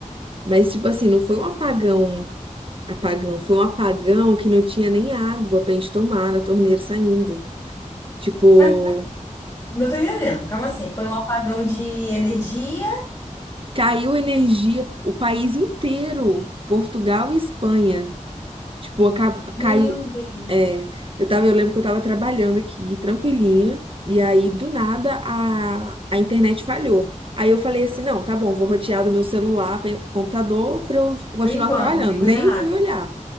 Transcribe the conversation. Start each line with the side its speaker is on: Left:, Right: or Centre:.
Right: mas tipo assim, não foi um apagão, apagão, foi um apagão que não tinha nem água pra gente tomar na torneira saindo. Tipo,
Left: Mas não tô entendendo. Calma assim, foi um apagão de energia.
Right: caiu energia o país inteiro, Portugal e Espanha. Tipo, aca-
Left: Meu
Right: caiu
Left: Deus.
Right: É, eu tava, eu lembro que eu tava trabalhando aqui, tranquilinha, e aí do nada a, a internet falhou. Aí eu falei assim, não, tá bom, vou rotear do meu celular para computador para eu continuar
Left: Por enquanto,
Right: trabalhando.
Left: né? Coisa
Right: Nem
Left: rápida.
Right: fui olhar.